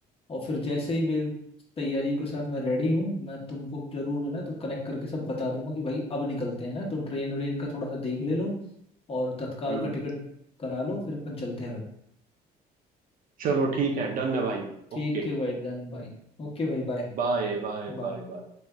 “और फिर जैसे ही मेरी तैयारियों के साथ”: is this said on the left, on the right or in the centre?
Left